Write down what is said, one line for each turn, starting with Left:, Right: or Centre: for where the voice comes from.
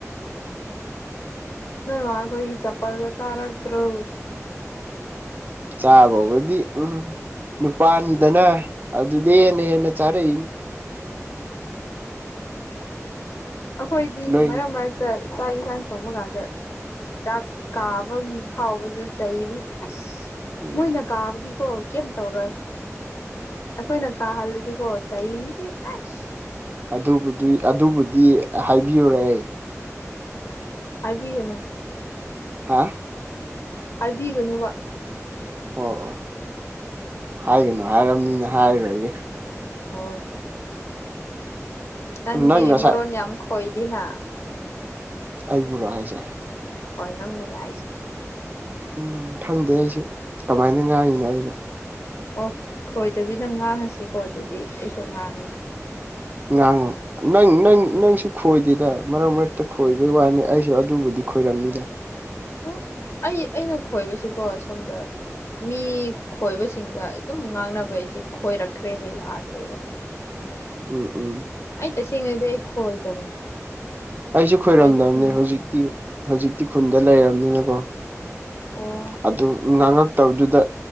Left: ꯅ ꯋꯥ ꯀ ꯆꯞꯄꯜꯒ ꯆꯥꯔꯗ꯭ꯔꯣ
Right: ꯆꯥꯕꯥꯎꯕꯗꯤ ꯎꯝ ꯅꯨꯄꯥꯅꯤꯗꯅ ꯑꯗꯨꯗꯤ ꯍꯦꯟꯅ ꯍꯦꯟꯅ ꯆꯥꯔꯛꯏꯅꯤ
Left: ꯑꯩꯈꯣꯏꯗꯤ
Right: ꯅꯣꯏ
Left: ꯃꯔꯛ ꯃꯔꯛꯇ ꯆꯥꯛ ꯌꯦꯟꯁꯥꯡ ꯊꯣꯡꯕ ꯀꯥꯟꯗ ꯆꯥꯛ ꯀꯥꯕꯒꯤ ꯐꯥꯎꯕꯁꯨ ꯆꯩꯕꯅꯤ ꯑꯁ
Right: ꯎꯝ
Left: ꯃꯣꯏꯅ ꯀꯥꯕꯗꯤꯀꯣ ꯀꯩꯝ ꯇꯧꯔꯣꯏ ꯑꯩꯈꯣꯏꯅ ꯀꯥꯍꯜꯂꯗꯤꯀꯣ ꯆꯥꯏꯁꯦ ꯑꯁ
Right: ꯑꯗꯨꯕꯨ ꯑꯗꯨꯕꯨꯗꯤ ꯍꯥꯏꯕꯤꯌꯨꯔ ꯑꯩ
Left: ꯍꯥꯏꯕꯤꯒꯅꯨ
Right: ꯍꯥ
Left: ꯍꯥꯏꯕꯤꯒꯅꯨꯕ
Right: ꯑꯣ ꯑꯣ ꯍꯥꯏꯒꯅꯨ ꯍꯥꯏꯔꯕꯅꯤꯅ ꯍꯥꯏꯔꯔꯣꯏꯒꯦ
Left: ꯍꯣꯏ ꯅꯪꯗꯤ
Right: ꯅꯪ ꯉꯁꯥꯏ
Left: ꯃꯔꯣꯟ ꯌꯥꯝ ꯈꯣꯏꯗꯦꯅ
Right: ꯑꯩꯕꯨꯔꯣ ꯍꯥꯏꯁꯦ
Left: ꯍꯣꯏ ꯅꯪꯕꯨꯅꯦ ꯍꯥꯏꯁꯦ
Right: ꯎꯝ ꯈꯪꯗꯦ ꯑꯩꯁꯨ ꯀꯃꯥꯏꯅ ꯉꯥꯡꯉꯤꯅꯣ ꯑꯩꯕꯣ
Left: ꯑꯣ ꯈꯣꯏꯗꯕꯤꯗ ꯉꯥꯡꯉꯁꯤꯀꯣ ꯑꯗꯨꯗꯤ ꯑꯩꯁꯨ ꯉꯥꯡꯉꯒꯦ
Right: ꯉꯥꯡꯉꯨ ꯅꯪ ꯅꯪ ꯅꯪꯁꯨ ꯈꯣꯏꯗꯦꯗ ꯃꯔꯛ ꯃꯔꯛꯇ ꯈꯣꯏꯕꯩ ꯋꯥꯅꯤ ꯑꯩꯁꯨ ꯑꯗꯨꯕꯨꯗꯤ ꯈꯣꯏꯔꯝꯅꯤꯗ
Left: ꯎꯝ ꯑꯩ ꯑꯩꯅ ꯈꯣꯏꯕꯁꯤꯀꯣ ꯁꯣꯝꯗ ꯃꯤ ꯈꯣꯏꯕꯁꯤꯡꯒ ꯑꯗꯨꯝ ꯉꯥꯡꯅꯕ ꯑꯩꯁꯦ ꯈꯣꯏꯔꯛꯈ꯭ꯔꯦꯕ ꯌꯥꯗ꯭ꯔꯦꯕ
Right: ꯎꯝ ꯎꯝ
Left: ꯑꯩ ꯇꯁꯦꯡꯅꯗꯤ ꯑꯩ ꯈꯣꯏꯗꯕꯅꯦ
Right: ꯑꯩꯁꯨ ꯈꯣꯏꯔꯝꯗꯕꯅꯦ
Left: ꯑꯩ ꯑꯗꯨꯝ
Right: ꯍꯧꯖꯤꯛꯇꯤ ꯍꯧꯖꯤꯛꯇꯤ ꯈꯨꯟꯗ ꯂꯩꯔꯕꯅꯤꯅꯀꯣ
Left: ꯑꯣ
Right: ꯑꯗꯨ ꯉꯥꯡꯉꯛꯇꯕꯗꯨꯗ